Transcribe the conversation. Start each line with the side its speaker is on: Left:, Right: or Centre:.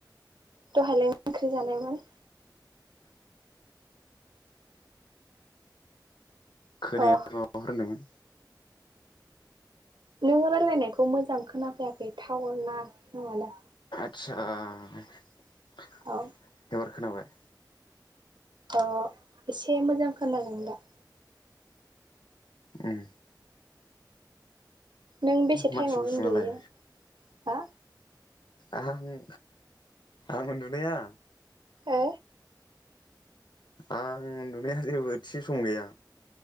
Right: दहायलाय <unintelligible> ओंख्रि जानायमोन?
Left: खोनाया
Right: अ
Left: <unintelligible> माबाफोर होनदोंमोन?
Right: नोङो रायलायनायखौ मोजां खोनाफैयाखै थावर ना <unintelligible> दा
Left: चाह
Right: औ
Left: बार खोनाबाय।
Right: अ एसे मोजां खोनादों दा।
Left: उम
Right: नों बेसे
Left: मानसि
Right: टाइमाव
Left: गुसुङालाय
Right: उन्दुयो? हा
Left: आंं आं उन्दुनाया
Right: ओ
Left: आङ उन्दुनाया जेबो थि सम गैया।